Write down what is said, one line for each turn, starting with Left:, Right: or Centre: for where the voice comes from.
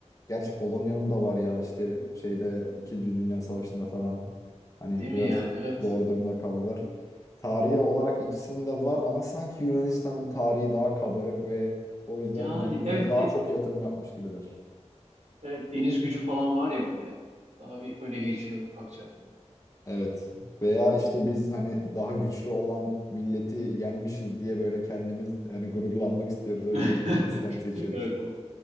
Left: gerçi Polonya'nın da var ya işte şeyde İkinci Dünya Savaşı'nda falan hani
Right: Değil mi
Left: biraz
Right: yani? Evet.
Left: zor durumda kaldılar. Tarihi olarak ikisinin de var ama sanki Yunanistan'ın tarihi daha kabarık ve o yüzden
Right: Yani
Left: günümüzde
Right: evet
Left: daha
Right: bir de
Left: çok yatırım yapmış gibiler.
Right: evet, deniz gücü falan var ya böyle. Daha bir öne geçiyor ufak çaplı.
Left: Evet. Veya işte biz hani daha güçlü olan milleti yenmişiz diye böyle kendimiz hani gururlanmak istiyoruz. O
Right: <laughs>
Left: yüzden Yunanistanı seçiyoruz.
Right: Evet o.